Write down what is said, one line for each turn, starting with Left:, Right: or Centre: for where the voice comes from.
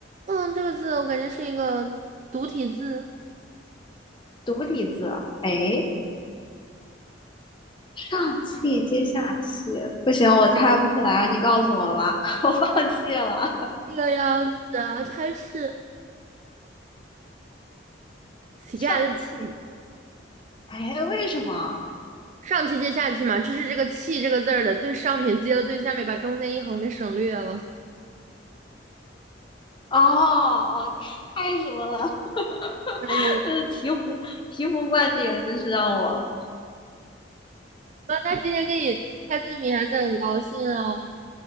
Right: 嗯，这个字我感觉是一个独体字，
Left: 独体字，哎，上气接下气，不行，我猜不出来，你告诉我吧，<laughs> 我放弃了。
Right: 这个样子啊，它是乞丐的乞，
Left: 上气，哎，为什么？
Right: 上气接下气嘛，就是这个气这个字儿的最上面接了最下面，把中间一横给省略了。
Left: <laughs> 哦，太什么了，<laughs>
Right: 很有意思。
Left: 就是醍醐醍醐灌顶，真是让我，
Right: 那今天跟你开字谜还是很高兴哦，